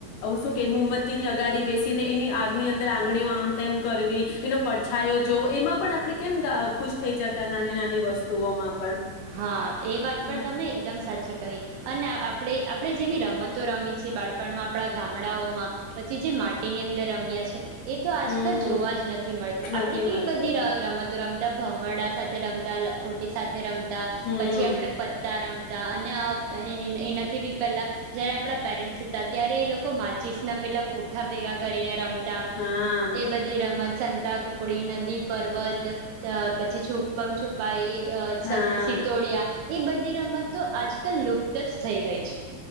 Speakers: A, on the left (about 75°); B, on the right (about 80°).
A: શું કે મોમબત્તી ની અગાડી બેસીને એની આગની અંદર આંગળીઓ આમ તેમ કરવી એનો પડછાયો જોવો એમાં પણ આપણે કેમ ખુશ થઈ જતા નાની નાની વસ્તુઓમાં પણ.
B: હા એ વાત પણ
A: હમ
B: તમે એકદમ સાચી કહી અને આપણે આપણે જેવી રમતો રમી છે બાળપણમાં આપણા ગામડાઓમાં પછી જે માટીની અંદર રમ્યા છે એ તો આજકાલ
A: હમ
B: જોવા જ નથી મળતું
A: નથી
B: આપણે કેવી
A: મળતું
B: બધી રમતો ર ભમરડા સાથે રમતા, લખોટી સાથે રમતા
A: હમ
B: તા પછી આપડે પતા રમ રમતા અને <unintelligible> એ એનાથી. પહેલા જયારે આપણા પેરેન્ટસ હતા, ત્યારે એ લોકો માચીસના પેલા પઠા ભેગા કરીને રમ તા,
A: હા
B: એ બધી રમત. સંતા કુકડી, નદી પર્વત, પછી છુપમ છુપાઈ. અહ,
A: હા
B: સત સીતોડિયા. એ બધી રમત તો આજકાલ લુપ્તજ થઈ ગઈ છે.